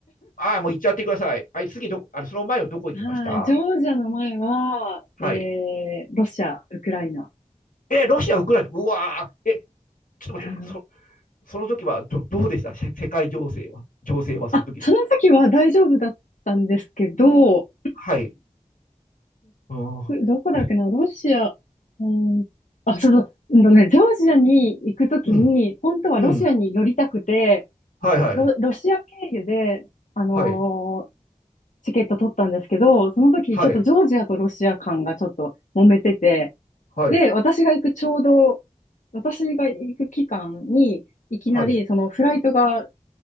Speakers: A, on the left; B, on the left.
A: ああ、もう行っちゃってください。はい、次ど、あの、その前はどこ行きました
B: はい。ジョージアの前は、
A: はい。
B: えー、ロシア、ウクライナ。
A: え、ロシア、ウクライナ、うわーえ、ちょっと待って、
B: はい
A: そ、その時はど、どうでしたせ世界情勢は。情勢はその時の。
B: あ、その時は大丈夫だったんですけど、
A: はい。あ
B: うどこだっけな、
A: ーえ
B: ロシア、うん、あ、そうそう、うんとね、ジョージアに行くときに、
A: うん、
B: 本当はロシアに寄りたくて、
A: うん。はいはい。
B: ロ、ロシア経由で、あのー
A: はい。
B: チケット取ったんですけど、その時ちょっとジョージアとロシア間がちょっと揉めてて、
A: はい。はい。
B: で、私が行くちょうど、私が行く期間に、いきなり、
A: はい。
B: そのフライトが、